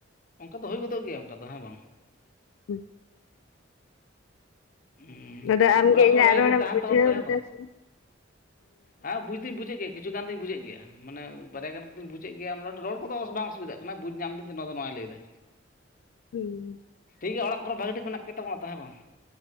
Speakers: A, on the left; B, on the left.
A: ᱚᱱᱠᱟ ᱫᱚ ᱦᱳᱭ ᱜᱚᱫᱚᱜ ᱜᱮᱭᱟ ᱚᱱᱠᱟ ᱫᱚ ᱦᱮᱸ ᱵᱟᱝ
B: ᱦᱩᱸ
A: ᱦᱩᱸ
B: ᱟᱫᱚ ᱟᱢᱜᱮ
A: ᱚᱲᱟᱜ
B: ᱤᱧᱟᱹᱜ
A: ᱠᱚᱨᱮ ᱵᱷᱟᱜᱮ
B: ᱨᱚᱲᱮᱢ
A: ᱴᱷᱤᱠ ᱛᱟᱦᱮᱸᱱ
B: ᱵᱩᱡᱷᱟᱹᱣ
A: ᱛᱟᱵᱚᱱ ᱯᱮ ᱦᱮᱸ
B: ᱞᱮᱫᱟ
A: ᱵᱟᱝ,
B: ᱥᱮ
A: ᱦᱮᱸ ᱵᱩᱡ ᱫᱩᱧ ᱵᱩᱡᱮᱫ ᱜᱮᱭᱟ ᱠᱤᱪᱷᱩ ᱜᱟᱱ ᱫᱩᱧ ᱵᱩᱡᱮᱫ ᱜᱮᱭᱟ ᱢᱟᱱᱮ ᱵᱟᱨᱭᱟ ᱜᱟᱱ ᱤᱧ ᱵᱩᱡᱮᱫ ᱜᱮᱭᱟ ᱢᱚᱴᱟᱢᱩᱴᱤ ᱨᱚᱲ ᱠᱚᱫᱚ ᱵᱟᱝ ᱚᱥᱩᱵᱤᱫᱷᱟᱜ ᱠᱟᱱᱟ ᱵᱩᱡᱽ ᱧᱟᱢ ᱫᱤᱧ ᱫᱚ ᱱᱚᱣᱟ ᱫᱚ ᱱᱚᱣᱟᱭ ᱞᱟᱹᱭᱮᱫᱟ,
B: ᱦᱩᱸ
A: ᱴᱷᱤᱠ ᱜᱮᱭᱟ ᱚᱲᱟᱜ ᱠᱚᱨᱮ ᱵᱷᱟᱜᱮ ᱴᱷᱤᱠ ᱢᱮᱱᱟᱜ ᱯᱮ ᱛᱟᱵᱚᱱᱟ ᱛᱚ ᱦᱮᱸ ᱵᱟᱝ,